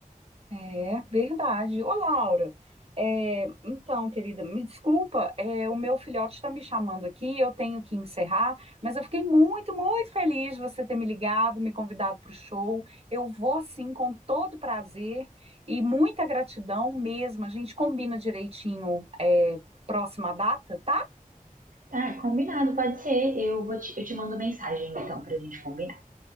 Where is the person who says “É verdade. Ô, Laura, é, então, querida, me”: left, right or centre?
Right